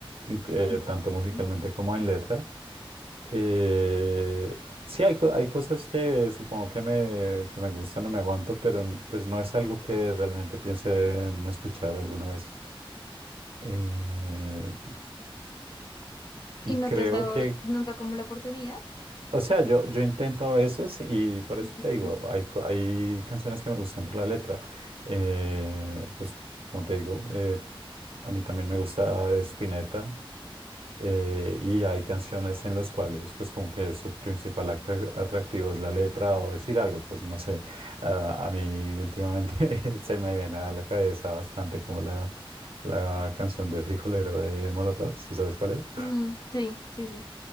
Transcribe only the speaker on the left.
Ok.
Y no
te has dado
nunca como la oportunidad.
Ujú.
Mm, sí, sí, sí.